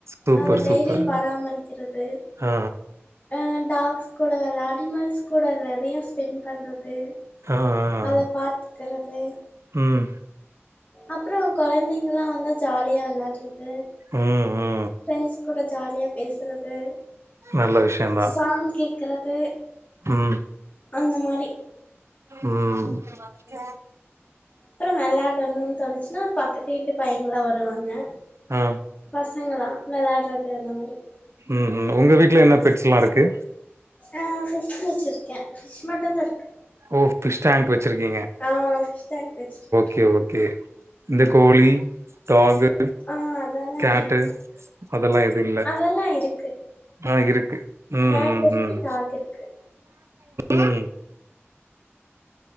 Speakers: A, on the right (about 75°); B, on the left (about 35°).
A: சூப்பர்,
B: அத
A: ம்.
B: டெய்லியு
A: சூப்பர்.
B: பராமரிக்கிறது.
A: ஆ,
B: அ டாக்ஸ் கூட வெளயாடி அனிமல்ஸ் கூட நெறைய ஸ்பெண் பண்றது.
A: ஆ, ஆ, ஆ, ஆ.
B: அத பாத்துக்கறது.
A: ம்.
B: அப்றோ கொழந்தைங்கல்லா வந்தா ஜாலியா வெளாட்றது.
A: ம் ம்
B: ஃப்ரெண்ட்ஸ் கூட ஜாலியா பேசுறது.
A: நல்ல விஷயம் தான்.
B: சாங் கேக்கறது.
A: ம்,
B: அந்த மாரி.
A: ம். <inaudible>
B: அப்புறோ வெளையாடணுன் தோணுச்சுனா பக்கத்து வீட்டு பையங்ளா வருவாங்க.
A: ஆ,
B: பசங்களா வெளாட்றது அந்த மாரி.
A: ம் ம் உங்க வீட்ல என்ன பெட்ஸ் எல்லா இருக்கு?
B: அ ஃபிஷ் வெச்சிருக்கே ஃபிஷ் மட்டுந்தாருக்கு.
A: ஓ பிஸ் டேங்க் வெச்சிருக்கிங்க.
B: அ ஃபிஷ் டேங்க் வெச்சுரு
A: கே ஓகே இந்த கோழி, டாகு
B: ஆ அதெல்லா
A: கேட்டு அதெல்லா எது இல்ல.
B: எல்லா இருக்கு.
A: ஆ இருக்கு ம்
B: கேட்
A: ம் ம்
B: இருக்கு டாக் இருக்கு
A: ம்.